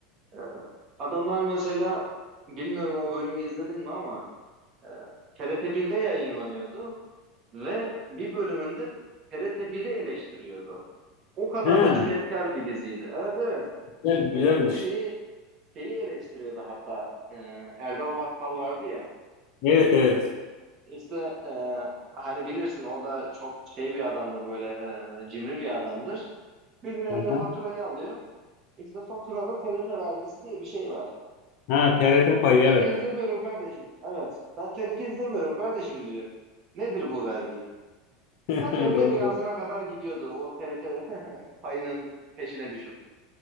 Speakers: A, on the right; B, on the left.
A: Ee, adamlar mesela bilmiyorum o bölümü izledin mi ama e, TRT 1'de yayınlanıyordu ve bir bölümünde TRT biri eleştiriyordu. O kadar
B: Ha,
A: da cüretkar bir diziydi. Evet evet.
B: evet,
A: Ee,
B: güzelmiş.
A: bu şeyi şeyi eleştiriyordu hatta Ee, Erdal Bakkal vardı ya.
B: Evet evet.
A: İşte e, hani bilirsin o da çok şey bir adamdır böyle e, cimri bir adamdır. Bir gün eline
B: Aha.
A: faturayı alıyor. İşte faturada TRT vergisi diye bir şey var.
B: Ha, TRT payı
A: TRT
B: evet.
A: izlemiyorum kardeşim. Evet. Ben TRT izlemiyorum kardeşim diyor. Nedir bu vergi?
B: <laughs>
A: Ha TRT
B: Doğru.
A: binasına kadar gidiyordu o TRT <laughs> payının peşine düşüp.